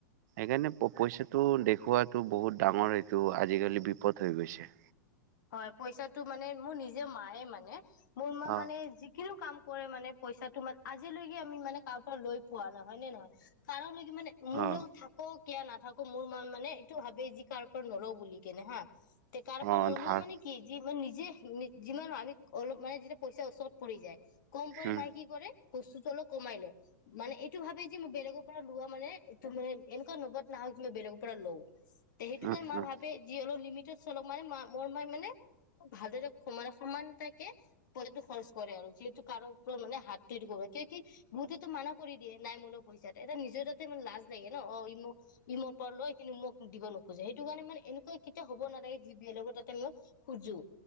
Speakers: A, on the right; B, on the left.
A: সেইকাৰণে প পইচাটো দেখুওৱাটো বহুত ডাঙৰ সেইটো আজিকালি বিপদ হৈ গৈছে।
B: হয় পইচাটো মানে মোৰ নিজে মায়ে মানে মোৰ মা
A: অ',
B: মানে যিকোনো কাম <unintelligible> মানে পইচাটো মান আজিলৈকে আমি মানে কাৰ পৰা লৈ পোৱা নাই হয় নে নহয়? কাৰলৈ মানে মোলেও
A: অ',
B: থাকক। কিয়া নাথাকো মোৰ মন মানে এইটো ভাবেই যি কাৰো পৰা নলও বুলি কেনে হা। তে কাৰ
A: অ',
B: ওলোৱা
A: ধাৰ
B: মানে কিয ইমান নিজে-যিমান আমি অলপ মানে যেতিয়া পইচাৰ ওচৰত পৰি যায়। কম পৰে
A: উম,
B: মাই কি কৰে? বস্তুটো অলপ কমাই লয়। মানে এইটো ভাবে যে মই বেলেগৰ পৰা লোৱা মানে এইটো মানে এনেকুৱা নবত নাহক যে মই বেলেগৰ পৰা লওঁ। তে হেইটো
A: উম,
B: কাৰণ মা
A: উম,
B: ভাবে যি অলপ লি লিমিটত চলক মানে মাম্‌ মই ইমান মানে ভালদৰে সমান-সমানতাকে পইচাটো খৰচ কৰে আৰু। যিহেতু কাৰো ওপৰত মানে হাত যোৰ কৰে। কিয় কি-বহুতেটো মানা কৰি দিয়ে নাই মোল লগত পইচাট এটা নিজৰ তাতে মোৰ লাজ লাগে। ন' অ' ই মোক, ই মোৰ পৰা লয় কিন্তু মোক দিব নোখোজে। সেইটো কাৰণে মানে এনেকুৱা কেতিয়াও হ'ব নালাগে যি বেলেগৰ তাত তেল' খোজোঁ।